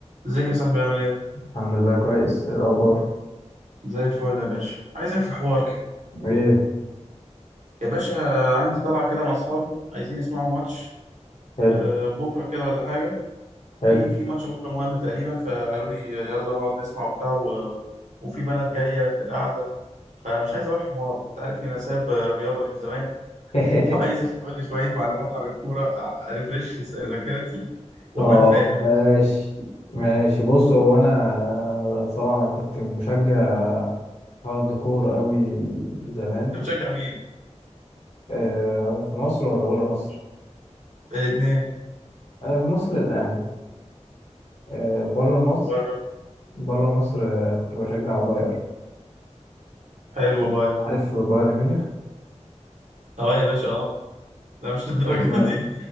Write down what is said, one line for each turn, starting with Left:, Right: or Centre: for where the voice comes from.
Right: ازيك يا صاحبي عامل ايه؟
Left: الحمد لله كويس إيه الأخبار
Right: زي الفل يا باشا عايزك في حوار كده
Left: إيه
Right: يا باشا عندي طلعة كده مع اصحابي عايزين يسمعوا ماتش
Left: حلو
Right: آه، بكرة كده ولا حاجة
Left: حلو
Right: في في ماتش بكرة مهم تقريبا فقالوا لي يلا نقعد نسمع وبتاع و... وفي بنات جاية في القعدة فمش عايز ابان حمار انت عارفني انا ساب آه، رياضة من زمان
Left: <laughs>
Right: فعايزك تقول لي شوية معلومات عن الكورة أ- ارفرش ذاكرتي وابان
Left: طب
Right: فاهم انت
Left: ماشي ماشي بص هو أنا أنا طبعا أنا كنت مشجع هارد كور قوي زمان
Right: بتشجع مين؟
Left: آه، في مصر ولا بره مصر؟
Right: الاتنين
Left: آه، في مصر الأهلي آه، بره مصر
Right: بره
Left: بره مصر آه، كنت بشجع باير
Right: حلو باير
Left: عارف بايرن ميونخ؟
Right: اه يا باشا اه لا مش للدرجة
Left: بشجع
Right: دي